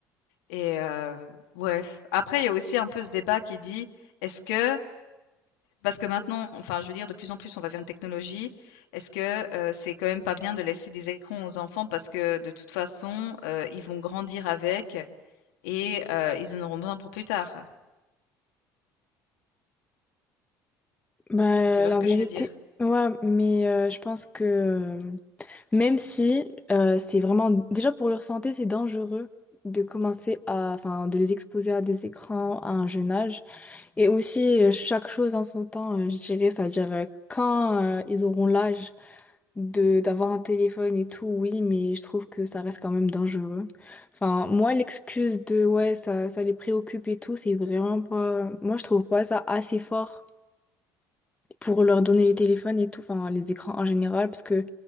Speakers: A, on the left (about 80°); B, on the left (about 15°).
A: et heu, ouais, après il y a aussi un peu ce débat qui dit: «Est-ce que» parce que maintenant, enfin, je veux dire, de plus en plus, on va vers une technologie. Est-ce que, heu, c'est quand même pas bien de laisser des écrans aux enfants parce que de toute façon, heu, ils vont grandir avec et heu, ils en auront besoin pour plus tard?
B: Bah,
A: Tu vois
B: la
A: ce que
B: vérité.
A: je veux dire?
B: Ouais, mais euh, je pense que Même si euh, c'est vraiment, déjà pour leur santé, c'est dangereux de commencer à, enfin, de les exposer à des écrans à un jeune âge. Et aussi, euh, chaque chose en son temps, euh, je dirais, c'est-à-dire euh, quand euh, ils auront l'âge de d'avoir un téléphone et tout, oui, mais je trouve que ça reste quand même dangereux. Enfin, moi, l'excuse de, ouais, ça, ça les préoccupe et tout, c'est vraiment pas, moi, je trouve pas ça assez fort pour leur donner les téléphones et tout, enfin les écrans en général, parce que